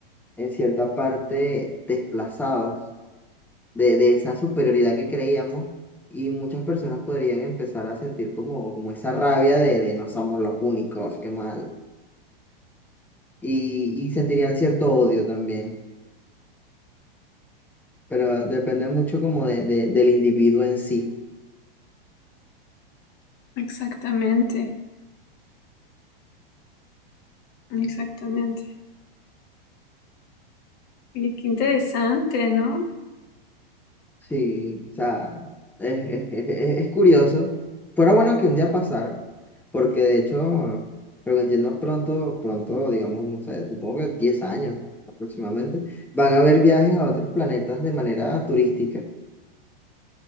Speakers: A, in the centre; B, on the left.
A: en cierta parte desplazados de, de esa superioridad que creíamos y muchas personas podrían empezar a sentir como, como esa rabia de, de no somos los únicos, qué mal. Y, y sentirían cierto odio también, pero depende mucho como de, de- del individuo en sí.
B: Exactamente, exactamente. Y qué interesante, ¿no?
A: Sí, o sea, es, es- es- es- es curioso. Fuera bueno que un día pasara, porque de hecho, pero que entiendo pronto, pronto, digamos, no sé, supongo que 10 años aproximadamente, van a haber viajes a otros planetas de manera turística.